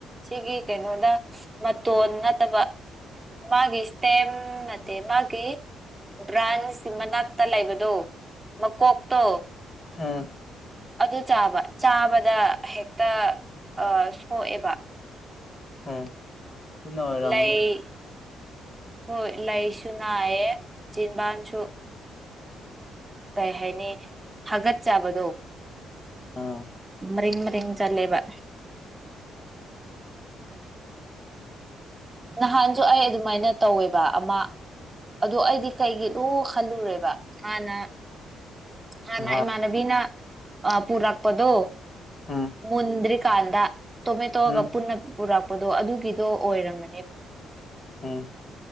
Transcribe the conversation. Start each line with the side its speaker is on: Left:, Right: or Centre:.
Right: ꯁꯤꯒꯤ ꯀꯩꯅꯣꯗ ꯃꯇꯣꯟ ꯅꯠꯇꯕ꯫ ꯃꯥꯒꯤ ꯏꯁꯇꯦꯝ ꯅꯠꯇꯦ ꯃꯥꯒꯤ꯫ ꯕ꯭ꯔꯥꯟꯁ ꯃꯅꯥꯛꯇ ꯂꯩꯕꯗꯣ ꯃꯀꯣꯛꯇꯣ꯫
Left: ꯎꯝ꯫
Right: ꯑꯗꯨ ꯆꯥꯕ ꯆꯥꯕꯗ ꯍꯦꯛꯇ ꯁꯣꯛꯑꯦꯕ꯫
Left: ꯎꯝ ꯑꯗꯨꯅ ꯑꯣꯏꯔꯝꯃꯅꯤ
Right: ꯂꯩ ꯍꯣꯏ ꯂꯩꯁꯨ ꯅꯥꯏꯌꯦꯦ ꯆꯝꯕꯥꯟꯁꯨ ꯀꯩ ꯍꯥꯏꯅꯤ ꯍꯥꯒꯠ ꯆꯥꯕꯗꯣ
Left: ꯑꯥ
Right: ꯃꯔꯤꯡ ꯃꯔꯤꯡ ꯆꯠꯂꯦꯕ ꯅꯍꯥꯟꯁꯨ ꯑꯩ ꯑꯗꯨꯃꯥꯏꯅ ꯇꯧꯋꯦꯕ ꯑꯃ ꯑꯗꯣ ꯑꯩꯗꯤ ꯀꯩꯒꯤ ꯂꯣ ꯈꯜꯂꯨꯔꯦꯕ ꯍꯥꯟꯅ ꯍꯥꯟꯅ
Left: ꯅꯍꯥꯟ
Right: ꯏꯃꯥꯟꯅꯕꯤꯅ ꯄꯨꯔꯛꯄꯗꯣ
Left: ꯎꯝ
Right: ꯃꯨꯟꯗ꯭ꯔꯤꯀꯥꯟꯗ ꯇꯣꯃꯦꯇꯣꯑꯒ
Left: ꯎꯝ
Right: ꯄꯨꯟꯅ ꯄꯨꯔꯛꯄꯗꯣ ꯑꯗꯨꯒꯤꯗꯣ ꯑꯣꯏꯔꯝꯃꯦ
Left: ꯎꯝ